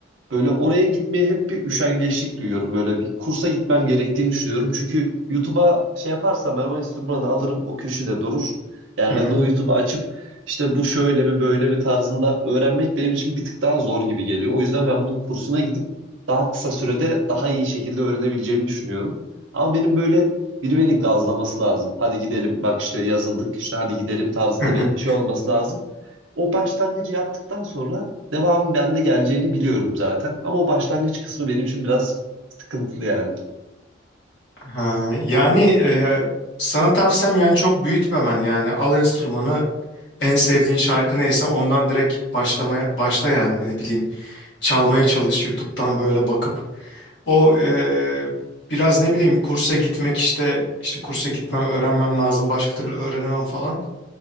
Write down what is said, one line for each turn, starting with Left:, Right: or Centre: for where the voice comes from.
Right: Böyle oraya gitmeye hep bir üşengeçlik duyuyorum. Böyle bir kursa gitmem gerektiğini düşünüyorum. Çünkü YouTube'a şey yaparsam ben o enstrümanı alırım, o köşede durur. Yani
Left: Hı hı.
Right: ben de o YouTube'u açıp işte bu şöyle mi böyle mi tarzında öğrenmek benim için bir tık daha zor gibi geliyor. O yüzden ben bunun kursuna gidip daha kısa sürede daha iyi şekilde öğrenebileceğimi düşünüyorum. Ama benim böyle biri beni gazlaması lazım. Hadi gidelim. Bak işte yazıldık. işte hadi gidelim tarzında
Left: <laughs>
Right: bir şey olması lazım. O başlangıcı yaptıktan sonra devamın bende geleceğini biliyorum zaten. Ama o başlangıç kısmı benim için biraz sıkıntılı yani.
Left: Ha, yani e, sana tavsiyem yani çok büyütmemen yani al enstrümanı en sevdiğin şarkı neyse ondan direkt başlamaya başla yani ne bileyim çalmaya çalış YouTube'dan böyle bakıp O eee, biraz ne bileyim kursa gitmek işte işte kursa gitmem öğrenmem lazım başka türlü öğrenemem falan.